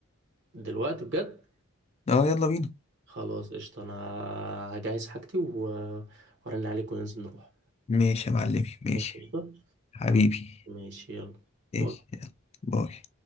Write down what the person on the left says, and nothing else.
اه يلا بينا
ماشي يا معلمي ماشي
حبيبي
ماشي يلا باي